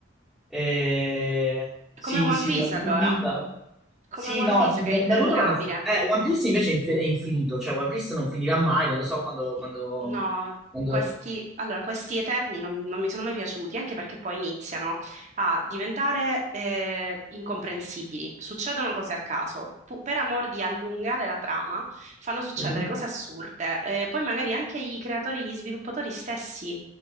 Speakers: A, in the centre; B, on the right (about 40°).
A: Eh, Sì,
B: Come One
A: sì,
B: Piece,
A: l'hanno
B: allora.
A: finita.
B: Come
A: Sì,
B: One
A: no,
B: Piece
A: tipo
B: che è interminabile.
A: Naruto l'hanno finita. Eh, One Piece invece è inf- è infinito, cioè One Piece non finirà mai, non lo so quando...
B: Sì,
A: quando,
B: no,
A: quando...
B: questi, allora, questi Eterni non, non mi sono mai piaciuti, anche perché poi iniziano a diventare eh, incomprensibili. Succedono cose a caso. Pu- per amor di allungare la trama, fanno succedere
A: Mhm.
B: cose assurde. Eh, poi magari anche i creatori, gli sviluppatori stessi